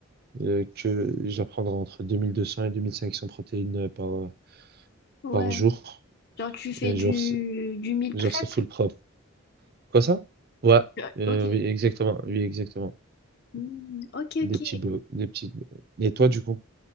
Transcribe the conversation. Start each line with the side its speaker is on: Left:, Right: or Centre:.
Right: Euh, que j'apprendrai entre deux deux mille deux cents et 2500 protéines euh, par, euh,
Left: Ouais,
Right: par jour.
Left: genre tu fais
Right: Et
Left: du,
Right: genre, c'est-
Left: du meal
Right: genre,
Left: prep?
Right: c'est full propre. Quoi ça? Ouais,
Left: Euh,
Right: euh,
Left: Ok.
Right: oui, exactement. Oui, exactement.
Left: Hmm, ok, ok.
Right: Des petits, bo- des petits. Et toi, du coup?